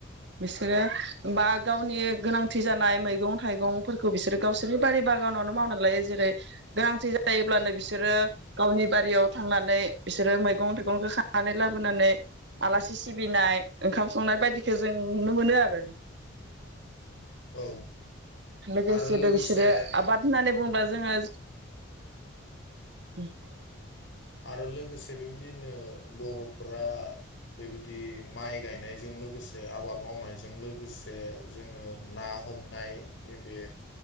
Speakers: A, on the right; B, on the left.
A: बिसोरो होनबा गावनि गोनांथि जानाय मैगं थाइगंफोरखौ बिसोरो गावसोरनि बारि बागानावनो मावनानै लायो जेरै गोनांथि जायोब्लानो बिसोरो गावनि बारियाव थांनानै बिसोरो मैगं थाइगंखौ खानानै लाबोनानै आलासि सिबिनाय ओंखाम संनाय बायदिखौ जों नुनो मोनो आरो।
B: औ।
A: लोगोसेबो
B: आरो लोगोसे
A: बिसोरो आबाद होननानै बुङोब्ला जोङो उम।
B: आरो लोगोसे बेबायदिनो बर'फोरा बेबायदि माइ गायनायजों लोगोसे आबाद मावनायजों लोगोसे जोङो ना हमनाय नैबे